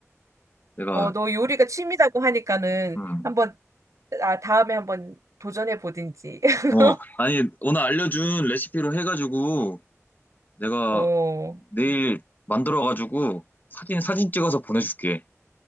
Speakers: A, on the left; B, on the right.
A: 내가
B: 어, 너 요리가 취미라고 하니까는
A: 음.
B: 한번, 아, 다음에 한번 도전해 보든지. <laughs>
A: 어 아니 오늘 알려준 레시피로 해가지고 내가
B: 어.
A: 내일 만들어가지고 사진, 사진 찍어서 보내줄게.